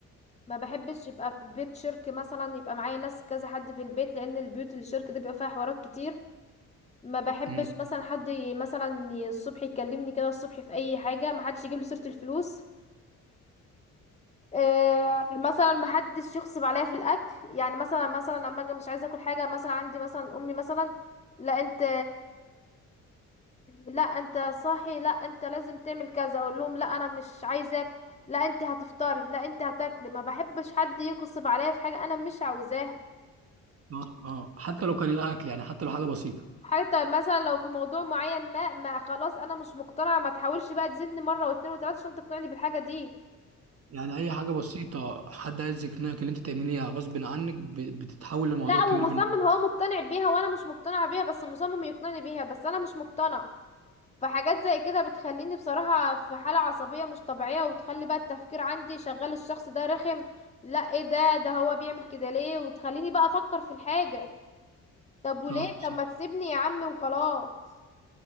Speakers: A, on the left; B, on the right.
A: ما بحبش يبقى في بيت شركة مثلا يبقى معايا ناس كذا حد في البيت لان البيوت اللي شركة دي بيبقى فيها حوارات كتير ما بحبش
B: امم <laughs>
A: مثلا حد ي- مثلا ي- الصبح يكلمني كده الصبح في اي حاجه ما حدش يجيب لي سيره الفلوس آه، مثلا ما حدش يغصب عليا في الاكل يعني مثلا مثلا لما اجي مش عايزه اكل حاجه مثلا عندي مثلا امي مثلا لا انت <sniffs> لا انت صاحي لا انت لازم تعمل كذا اقول لهم لا انا مش عايزاك لا انت هتفطري لا انت هتاكلي ما بحبش حد يغصب عليا في حاجه انا مش عاوزاها
B: اه اه حتى لو كان الاكل يعني حتى لو حاجه بسيطه
A: حتى مثلا لو في موضوع معين ما ما خلاص انا مش مقتنعه ما تحاولش بقى تزني مره واتنين وتلاته عشان تقنعني بالحاجه دي
B: يعني اي حاجه بسيطه حد عايز يقنعك ان انت تعمليها غصب عنك ب- بتتحول لموضوع
A: لا
B: كبير
A: ومصمم
B: بالنسبه
A: هو مقتنع بيها وانا مش مقتنعه بيها بس مصمم يقنعني بيها بس انا مش مقتنع فحاجات زي كده بتخليني بصراحه في حاله عصبيه مش طبيعيه وتخلي بقى التفكير عندي شغال الشخص ده رخم لا ايه ده ده هو بيعمل كده ليه وتخليني بقى افكر في الحاجه طب وليه
B: صح صح
A: طب ما تسيبني يا عم وخلاص